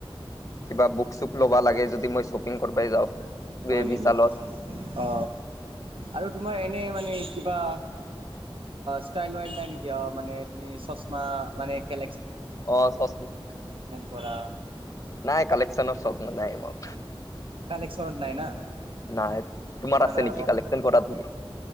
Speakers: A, on the left; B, on the right.
A: কিবা বুক-চুক ল'বা লাগে যদি মই শ্বপিং কৰিবাই যাওঁ।
B: হয় নেকি
A: বিশালত
B: অ, আৰু তোমাৰ এনে মানে কি আ ষ্টাইল-ব্লাইল নাই নেকি মানে তুমি চচমা মেনে কে
A: অ চচ-
B: কৰা
A: নাই কালেকচনৰ শ্বক নাই ম <inaudible>
B: কালকশনত নাই না।
A: নাই তোমাৰ
B: না
A: আছে
B: নাই
A: নেকি? কালকশন কৰা তুমি